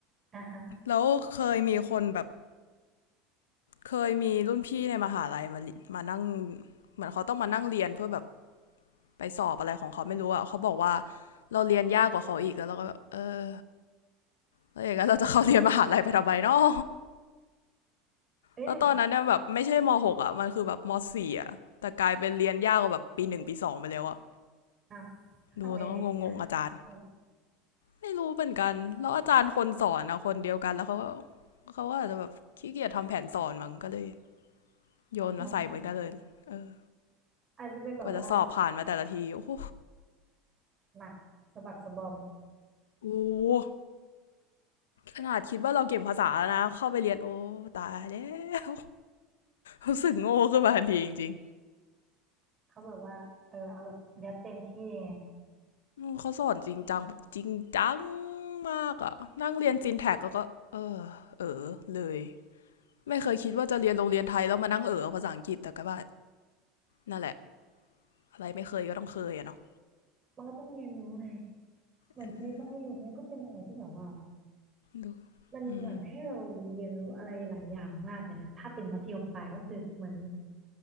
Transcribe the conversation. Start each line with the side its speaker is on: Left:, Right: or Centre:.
Right: อ่ะฮะ
Left: แล้วเคยมีคนแบบเคยมีรุ่นพี่ในมหาลัยมามานั่งเหมือนเขาต้องมานั่งเรียนเพื่อแบบไปสอบอะไรของเขาไม่รู้อ่ะเขาบอกว่าเราเรียนยากกว่าเขาอีกแล้วเราก็แบบเออแล้วอย่างนั้นเราจะเข้าเรียนมหาลัยไปทำไมเนาะ
Right: เฮ้ยแต่
Left: แล้วตอนนั้นเนี่ยแบบไม่ใช่มหกอ่ะมันคือแบบมสี่อ่ะแต่กลายเป็นเรียนยากกว่าแบบปีหนึ่งปีสองไปแล้วอ่ะ
Right: อ่ะทำไมเรียนเนี้ยหาเพื่อน
Left: ดูแล้วก็งงๆอาจารย์ไม่รู้เหมือนกันแล้วอาจารย์คนสอนอะคนเดียวกันแล้วเขาก็เขาก็อาจจะแบบขี้เกียจทำแผนสอนมั้งก็เลยโยนมาใส่เหมือนกันเลยเออ
Right: อ๋ออาจจะเป็นแบบว่า
Left: กว่าจะสอบผ่านมาแต่ละทีโอ้โห
Right: หนักสะบักสะบอม
Left: โอ้โหขนาดคิดว่าเราเก่งภาษาแล้วนะเข้าไปเรียนโอ้ตายแล้วรู้สึกโง่ขึ้นมาทันทีจริง
Right: เขาแบบว่าเออเอาแบบยัดเต็มที่ไง
Left: อืมเขาสอนจริงจังแบบจริงจังมากอะนั่งเรียนซินแท็กแล้วก็เออเออเลยไม่เคยคิดว่าจะเรียนโรงเรียนไทยแล้วมานั่งเออเอาภาษาอังกฤษแต่ก็ว่านั่นแหละอะไรไม่เคยก็ต้องเคยอะเนาะ
Right: มันก็ต้องเรียนรู้ไงเหมือนชีวิตมัธยมเนี่ยก็เป็นอะไรที่แบบว่า
Left: เออดู
Right: มันเหมือนให้เราเรียนรู้อะไรหลายอย่างมากเลยนะถ้าเป็นมัธยมปลายก็คือเหมือน
Left: อืม